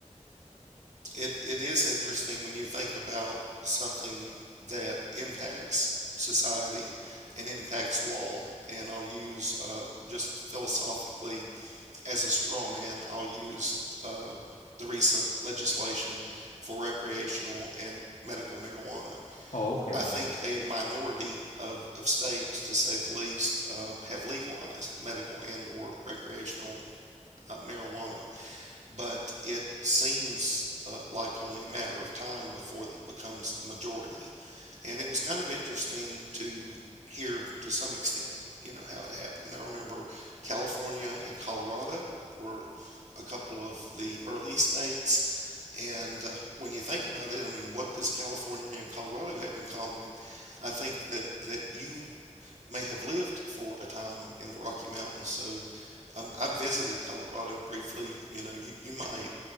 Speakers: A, on the right; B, on the left.
A: it, it is interesting when you think about something that impacts society and impacts law. And I'll use um, just philosophically as a straw man, I'll use uh, the recent legislation for recreational and medical marijuana.
B: Oh, okay,
A: I think
B: yeah.
A: a minority of, of states, to say the least, uh, have legalized medical and or recreational uh, marijuana but it seems uh, like only a matter of time before that becomes a majority. And it was kind of interesting to hear to some extent, you know, how it happened. I remember California and Colorado were a couple of the early states. And uh, when you think about it, I mean, what does California and Colorado have in common? And I think that, that you may have lived for a time in the Rocky Mountains. So um, I've visited Colorado briefly. You know, you, you might